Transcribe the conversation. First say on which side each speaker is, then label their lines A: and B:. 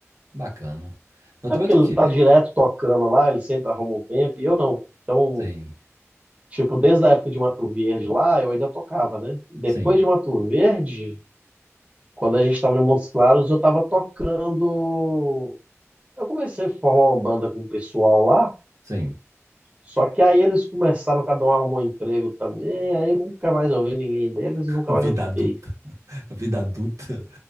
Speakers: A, on the right; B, on the right.
A: Bacana. Eu também
B: É porque
A: tô
B: ele
A: aqui.
B: tá direto tocando lá, ele sempre arruma um tempo, e eu não. Então,
A: Sim,
B: Tipo, desde a época de Mato Verde lá, eu ainda tocava, né? Depois
A: sim.
B: de Mato Verde, quando a gente estava em Montes Claros, eu estava tocando. Eu comecei a formar uma banda com o pessoal lá,
A: Sim.
B: só que aí eles começaram, cada um arrumou um emprego também, aí nunca mais eu vi ninguém deles e nunca
A: Vida
B: mais eu toquei.
A: adulta. <laughs> A vida adulta.